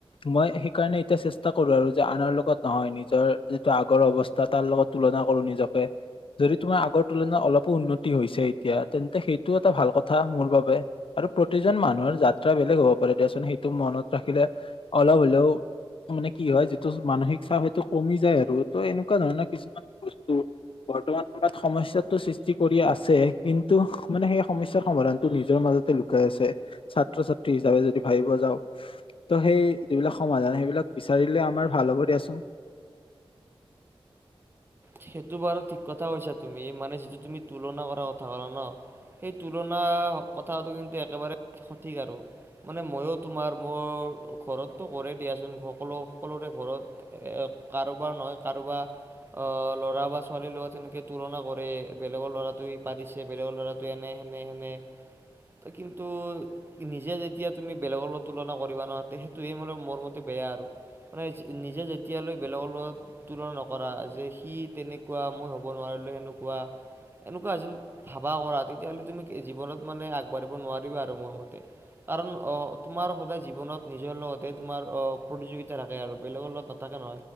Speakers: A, on the left; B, on the right.
A: মই সেইকাৰণে এতিয়া চেষ্টা কৰো আৰু যে আনৰ লগত নহয় নিজৰ যিটো আগৰ অৱস্থা তাৰ লগত তুলনা কৰো নিজকে যদি তোমাৰ আগৰ তুলনাত অলপো উন্নতি হৈছে এতিয়া, তেন্তে সেইটো এটা ভাল কথা মোৰ বাবে আৰু প্ৰতিজন মানুহৰ যাত্ৰা বেলেগ হ'ব পাৰে দিয়াচোন সেইটো মনত ৰাখিলে অলপ হলেও মানে কি হয় যিটো মানসিক চাপ হয়তটো কমি যায় আৰু ত এনেকুৱা ধৰণৰ কিছুমান বস্তু বৰ্তমান সময়ত সমস্াতটো সৃষ্টি কৰি আছে, কিন্তু মানে সেই সমস্্যাৰ সমাধানতটো নিজৰ মাজত লুকাই আছে, ছাত্ৰ ছাত্ৰী হিচাপে যদি ভাবিব যাওঁ ত' সেই যিবিলাক সমাধান সেইবিলাক বিচাৰিলে আমাৰ ভাল কৰি আছো।
B: সেইটো বাৰু ঠিক কথা কৈছা তুমি মানে যিটো তুমি তুলনা কৰা কথা ক'লা ন সেই তুলনা কথাটো কিন্তু একেবাৰে সঠিক আৰু মানে ময়ো তোমাৰ মোৰ ঘৰততো কৰে দিয়াচোন, সকলো সকলোৰে ঘৰত কাৰোবাৰ নহয় কাৰোবাৰ অ' ল'ৰা বা ছোৱালীৰ লগত সেনেকে তুলনা কৰে বেলেগৰ ল'ৰাটোৱে পাৰিছে, বেলেগৰ ল'ৰা এনে সেনে ননে এনে কিন্তু নিজে যেতিয়া তুমি বেলেগলৈ তুলনা কৰিবা নহ সেইটোয়ে মানে মোৰ মতে বেয়া আৰু মানে নিজে যেতিয়ালৈ বেলেগৰ লগত তুলনা নকৰা যে সি তেনেকুৱা মই হ'ব নোৱাৰিলোঁ সেনেকুৱা এনেকুৱা এ যে ভাবা কৰা তেতিয়াাহ'লে তুমি জীৱনত মানে আগবাঢ়িব নোৱাৰিবা আৰু মোৰ মতে কাৰণ অ' তোমাৰ সদায় জীৱনত নিজৰ লগতে তোমাৰ অ' প্ৰতিযোগিতা থাকে আৰু বেলেগৰ লগত নাথাকে ন